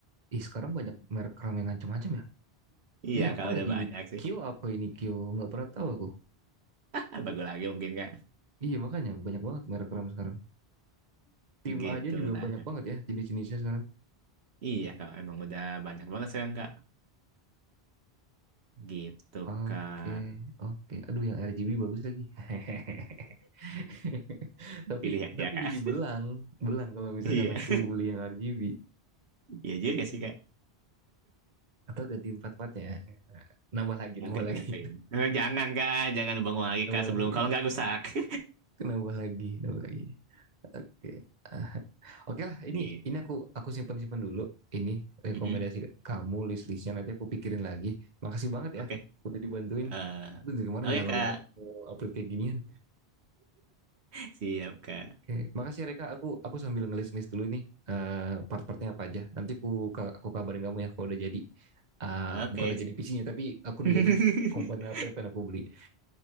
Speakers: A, on the right; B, on the right.
A: ih, sekarang banyak merek ramen macam-macam ya?
B: Iya
A: Ini apa
B: Kak, udah
A: lagi
B: banyak
A: ini?
B: sih.
A: Kyo apa ini Kyo? Nggak pernah tahu aku.
B: <laughs> Bagus lagi mungkin Kak.
A: Iya, makanya banyak banget merek ramen sekarang. Tim
B: Gitulah.
A: aja juga banyak
B: Kak.
A: banget ya jenis-jenisnya sekarang.
B: Iya Kak, emang udah banyak banget sekarang Kak. Gitu
A: Oke,
B: Kak.
A: oke. Aduh, yang RGB bagus lagi. <laughs> <laughs> Tapi,
B: Pilih aja
A: tapi
B: Kak.
A: jadi
B: <laughs>
A: belang. Belang kalau misalkan
B: Iya,
A: aku beli yang RGB.
B: iya juga sih Kak.
A: atau ganti empat empat ya nambah lagi
B: Mungkin
A: nambah lagi
B: ngapain. Eh, Jangan Kak, jangan bangun lagi
A: <laughs> nambah
B: Kak sebelum
A: lagi
B: kalau nggak rusak. <laughs>
A: nambah lagi nambah lagi oke Ah, oke lah
B: Gitu.
A: ini ini aku aku simpen simpen dulu ini rekomendasi
B: Mm-mm.
A: kamu list listnya nanti aku pikirin lagi makasih banget
B: Oke.
A: ya udah dibantuin
B: Eh,
A: Aduh, dari kemarin
B: Oke
A: galau
B: Kak.
A: banget mau upload kayak ginian
B: Siap Kak.
A: oke makasih ya, Reka aku aku sambil ngelis ngelis dulu nih eh, part-partnya apa aja nanti aku ka- aku kabarin kamu ya kalau udah jadi Ah,
B: Oke.
A: bukan udah jadi PC-nya tapi aku udah
B: <laughs>
A: jadi komponen apa yang pengen aku beli